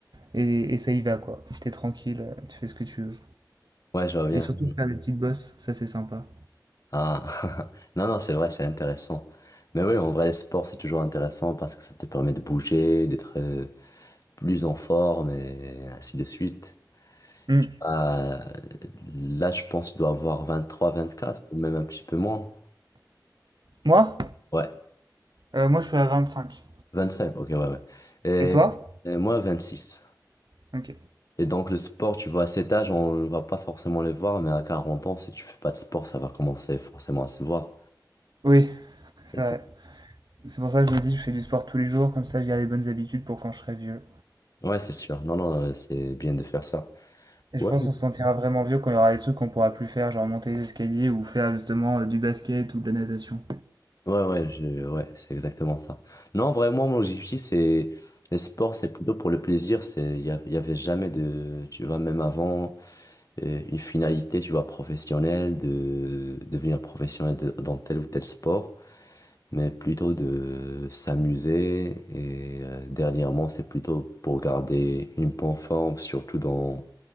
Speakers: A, on the right; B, on the left.
A: et, et ça y va, quoi. T'es tranquille, euh, tu fais ce que tu veux.
B: ouais, je vois bien.
A: Et surtout, faire des petites bosses, ça c'est sympa.
B: Ah, <laughs> non, non, c'est vrai, c'est intéressant. Mais oui, en vrai, le sport, c'est toujours intéressant parce que ça te permet de bouger, d'être euh, plus en forme et ainsi de suite.
A: Hmm.
B: Euh, là, je pense que je dois avoir vingt trois vingt quatre ou même un petit peu moins.
A: Moi?
B: Ouais,
A: Euh, moi, je suis à 25.
B: vingt cinq ok, ouais, ouais. Et,
A: Et toi?
B: et moi, six
A: Ok.
B: Et donc, le sport, tu vois, à cet âge, on ne va pas forcément le voir, mais à 40 ans, si tu fais pas de sport, ça va commencer forcément à se voir.
A: Oui,
B: C'est
A: c'est
B: ça.
A: vrai. C'est pour ça que je me dis, je fais du sport tous les jours, comme ça j'ai les bonnes habitudes pour quand je serai vieux.
B: Ouais, c'est sûr. Non, non, euh, c'est bien de faire ça.
A: Et
B: Ouais.
A: je pense qu'on se sentira vraiment vieux quand il y aura des trucs qu'on pourra plus faire, genre monter les escaliers ou faire justement euh, du basket ou de la natation.
B: Ouais, ouais, je... ouais, c'est exactement ça. Non, vraiment, mon objectif, c'est... Les sports, c'est plutôt pour le plaisir. C'est... Il n'y y a- y avait jamais de... Tu vois, même avant, euh, une finalité, tu vois, professionnelle, de devenir professionnel de- dans tel ou tel sport, mais plutôt de s'amuser. Et euh, dernièrement, c'est plutôt pour garder une bonne forme, surtout dans